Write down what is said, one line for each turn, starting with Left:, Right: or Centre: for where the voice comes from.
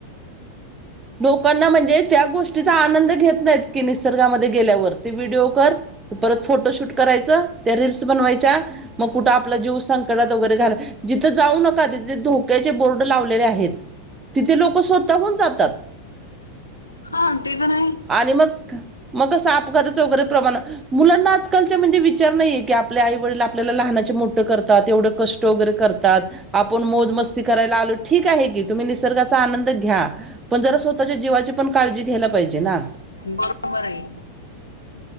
Right: लोकांना म्हणजे त्या गोष्टीचा आनंद घेत नाहीत की निसर्गामध्ये गेल्यावर ते व्हिडिओ कर परत फोटोशूट करायचं, त्या रील्स बनवायच्या मग कुठं आपला जीव संकटात वगैरे घाल जिथं जाऊ नका तिथे ते धोक्याचे बोर्ड लावलेले आहेत. तिथे लोकं स्वतःहून जातात.
Left: हां ते तर आहे.
Right: आणि मग मग कसं अपघाताचं वगैरे प्रमाण मुलांना आजकालच्या म्हणजे विचार नाहीये की आपले आई वडील आपल्याला लहानाचे मोठं करतात एवढं क ष्ट वगैरे करतात आपण मौज मस्ती करायला आलो, ठीक आहे की तुम्ही निसर्गाचा आनंद घ्या. पण जरा स्वतःच्या जीवाची पण काळजी घ्यायला पाहिजे ना?
Left: बरोबर आहे.